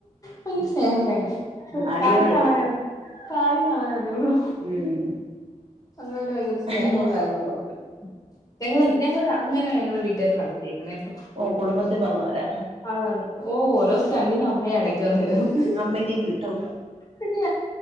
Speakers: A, on the left; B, on the right.
A: ഭയങ്കര സ്നേഹ ഞങ്ങൾ
B: അടിയോടടി
A: കാര്യം കാണാനാ ന്നെ കാര്യം കാണാനാന്നെ ഒള്ളു
B: ഉം
A: അങ്ങള് പിന്നെ ഭയങ്കര സ്നേഹവും
B: അയ്യോ
A: കാര്യവൊള്ള കുട്ടരാ ഞങ്ങള് ഞങ്ങള് അങ്ങനെയാ ഞങ്ങളെ വീട്ടുകാര് വളർത്തിയേക്കുന്നെ കേട്ടോ
B: ഓ കുടുംബത്തിൽ പിറന്നവരാ
A: അതാണ് ഓ ഓരോ സ്ണ്ടിനും അമ്മയാ ഇടക്ക്‌ വന്ന് കേറുന്നെ
B: അമ്മയ്ക്കും കിട്ടും
A: പിന്നെ